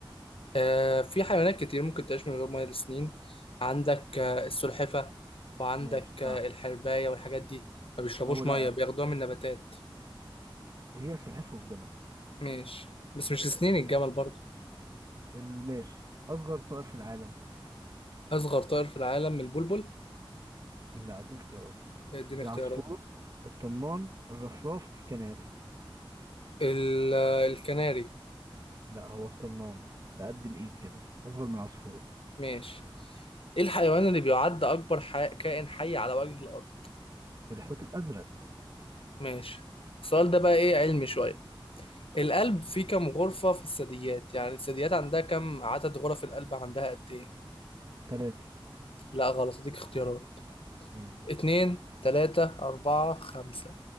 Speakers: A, on the left; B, on the right.
A: آه، في حيوانات كتير ممكن تعيش من غير ميه لسنين عندك آه، السلحفة وعندك
B: ماشي صح
A: آه، الحرباية والحاجات دي ما بيشربوش
B: او لا
A: ميه بياخدوها من نباتات
B: هي السلحفاة والجمل
A: ماشي
B: بس
A: بس مش لسنين الجمل برضو
B: الماشي اصغر طائر في العالم
A: أصغر طائر في العالم البلبل
B: لا اديك اختيارات
A: اديني اختيارات
B: العصفور الطنان الرفراف الكناري
A: ال- آه، الكناري
B: لا هو الطنان ده قد الايد كده اصغر من العصفورة
A: ماشي ايه الحيوان اللي بيعد أكبر حي... كائن حي على وجه الأرض
B: الحوت الازرق
A: ماشي السؤال ده بقى ايه علمي شوية القلب فيه كم غرفة في الثدييات يعني الثدييات عندها كم عدد غرف القلب عندها قد ايه
B: ثلاثة
A: لا غلط اديك اختيارات
B: امم
A: اتنين تلاتة أربعة خمسة